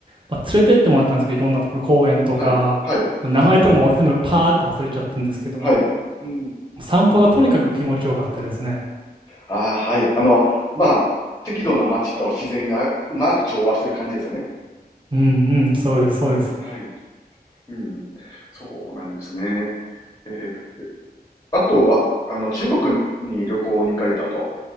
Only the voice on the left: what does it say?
はい、はい、
うん、はい、うん。
ああ、はい。あの、まあ、適度な街と自然がうまく調和してる感じですよね。
はい。うん。そうなんですね。えーあとは、あの、中国に旅行に行かれたと。